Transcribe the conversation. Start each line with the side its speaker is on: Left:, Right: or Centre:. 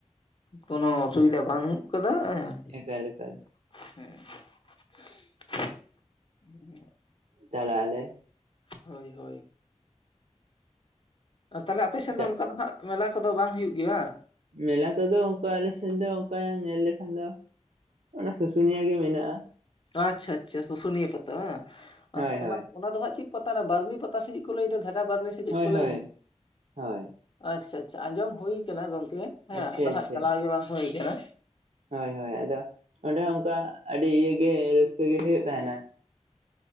Left: ᱠᱚᱱᱚ ᱚᱥᱩᱵᱤᱫᱷᱟ ᱵᱟᱹᱱᱩᱜ ᱠᱟᱫᱟ ᱮᱸ
Right: ᱮᱠᱟᱞ ᱮᱠᱟᱞ
Left: <unintelligible>
Right: ᱪᱟᱞᱟᱜ ᱟᱞᱮ
Left: ᱦᱳᱭ ᱦᱳᱭ ᱛᱟᱦᱚᱞᱮ ᱟᱯᱮᱥᱮᱱ
Right: ᱪᱟ
Left: ᱫᱚ ᱚᱱᱠᱟ ᱫᱚ ᱦᱟᱸᱜ ᱢᱮᱞᱟ ᱠᱚᱫᱚ ᱵᱟᱝ ᱦᱩᱭᱩᱜ ᱜᱮᱭᱟ ᱵᱟᱝ?
Right: ᱢᱮᱞᱟ ᱠᱚᱫᱚ ᱚᱱᱠᱟ ᱟᱞᱮ ᱥᱮᱱ ᱫᱚ ᱚᱱᱠᱟ ᱧᱮᱞ ᱞᱮᱠᱷᱟᱱ ᱫᱚ ᱚᱱᱟ ᱥᱩᱥᱩᱱᱤᱭᱟᱹ ᱜᱮ ᱢᱮᱱᱟᱜᱼᱟ᱾
Left: ᱟᱪᱪᱷᱟ ᱟᱪᱪᱷᱟ ᱥᱩ ᱥᱩᱱᱤᱭᱟᱹ ᱯᱟᱛᱟ ᱵᱟᱝ
Right: ᱦᱳᱭ ᱦᱳᱭ
Left: ᱚᱱᱟ ᱚᱱᱟ ᱫᱚ ᱦᱟᱸᱜ ᱪᱮᱫ ᱯᱟᱛᱟ ᱠᱟᱱᱟ ᱵᱟᱨᱱᱤ ᱯᱟᱛᱟ ᱥᱮ ᱪᱮᱫ ᱠᱚ ᱞᱟᱹᱭᱫᱟ ᱫᱷᱟᱜᱟ ᱵᱟᱨᱱᱤ ᱥᱮ ᱪᱮᱫ
Right: ᱦᱳᱭ
Left: ᱠᱚ
Right: ᱦᱳᱭ
Left: ᱞᱟᱹᱭᱫᱟ?
Right: ᱦᱳᱭ
Left: ᱟᱪᱪᱷᱟ ᱟᱪᱪᱷᱟ ᱟᱸᱡᱚᱢ ᱦᱩᱭ ᱜᱚᱝᱠᱮ ᱦᱮᱸ
Right: ᱟᱪᱪᱷᱟ
Left: ᱟᱫᱚ
Right: ᱟᱪᱪᱷᱟ
Left: ᱦᱟᱸᱜ ᱪᱟᱞᱟᱣ ᱜᱮ ᱵᱟᱝ ᱦᱩᱭ ᱟᱠᱟᱱᱟ᱾
Right: ᱦᱳᱭ ᱦᱳᱭ ᱟᱫᱚ ᱚᱸᱰᱮ ᱦᱚᱸ ᱚᱱᱠᱟ ᱟᱹᱰᱤ ᱤᱭᱟᱹ ᱜᱮ ᱨᱟᱹᱥᱠᱟᱹ ᱜᱮ ᱦᱩᱭᱩᱜ ᱛᱟᱦᱮᱱᱟ᱾